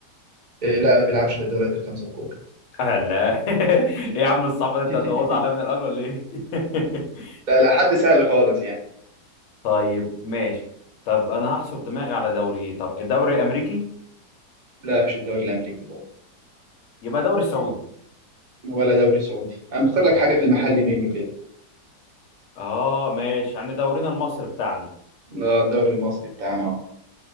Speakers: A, on the right (about 40°); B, on the left (about 55°).
A: إيه لا ما بيلعبش في الدوريات الخمسه الكبرى
B: آه، لا <laughs> ايه يا عم الصعب ده انت
A: <laughs>
B: هتبوظ عليا من الاول ولا ايه <laughs>
A: لا لا حد سهل خالص يعني
B: طيب ماشي طب انا هحصر دماغي على دوري ايه طب الدوري الامريكي
A: لا مش الدوري الامريكي برضه
B: يبقى دوري سعودي
A: ولا دوري سعودي انا مختار لك
B: اهلا
A: حاجه في المحل منه كده
B: اه ماشي يعني دورينا المصري بتاعنا
A: لا الدوري المصري بتاعنا اهو